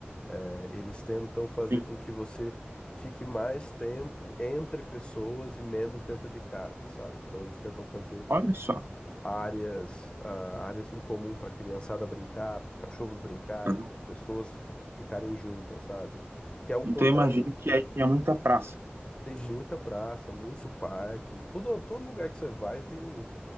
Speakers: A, on the left; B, on the right.
A: Eh, eles tentam fazer
B: Sim,
A: com que você fique mais tempo entre pessoas e menos dentro de casa, sabe? Então eles tentam fazer
B: olha só.
A: áreas, ah, áreas em comum para a criançada brincar, para os cachorros brincarem,
B: Uhum.
A: para as pessoas ficarem juntas, sabe? Que é o
B: Então,
A: contrário,
B: eu imagino que aí tenha muita praça.
A: tem muita praça, muito parque, todo, todo lugar que você vai tem,